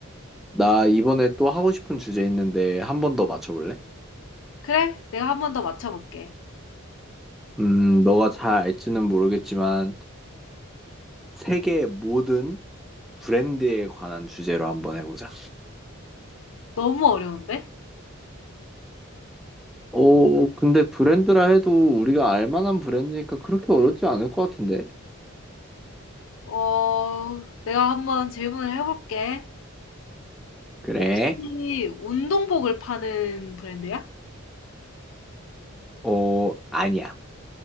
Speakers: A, in the centre; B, on the left (about 65°).
A: 나 이번에 또 하고 싶은 주제 있는데 한 번 더 맞춰볼래?
B: 그래? 내가 한 번 더 맞춰볼게.
A: 음, 너가 잘 알지는 모르겠지만 세계 모든 브랜드에 관한 주제로 한번 해보자.
B: 너무 어려운데?
A: 오, 근데 브랜드라 해도 우리가 알 만한 브랜드니까 그렇게 어렵지 않을 것 같은데?
B: 어, 내가 한 번 질문을 해볼게.
A: 그래.
B: 혹시 운동복을 파는 브랜드야?
A: 어, 아니야.